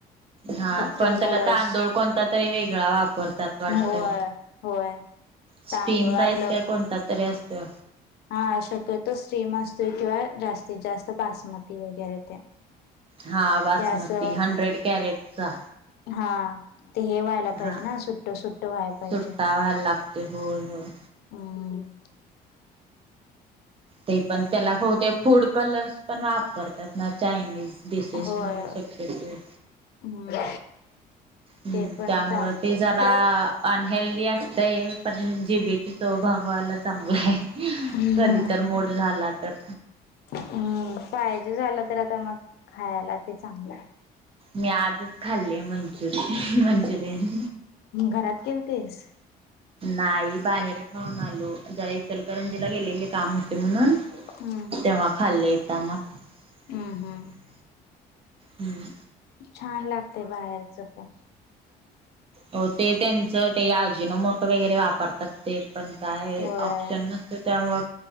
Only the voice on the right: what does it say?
हा
पण त्याला
तांदूळ कोणता तरी वेगळा वापरतात वाटत
स्टीम
राईस
काय कोणता तरी असतो
हा बासमती
हंड्रेड कॅरेटचा,
हा
सुट्टा व्हायला लागतोय होय होय
ते पण त्याला होते फूड कलर्स पण वापरतात. ना चायनीज डिशेसमध्येध्ये
शक्यत आहे.
हम्म
त्यामुळे
ते जरा
अनहेल्दी असते. पण जे बी, चवभगवायला चांगलं आहे.
कधी तर मोड झाला तर,
मी आजच खाल्ले मंचुरियन, मंचुरियन.
नाही बाहेर खाऊन आलो, जरा इचलकरंजीला गेलेले, काम होते म्हणून.
तेव्हा खाल्ले येताना. <unintelligible>
हम्म
हो, ते त्यांचं ते आजीनोमोटो वगैरे वापरतात ते पण काय
ऑप्शन नसत त्यामुळं,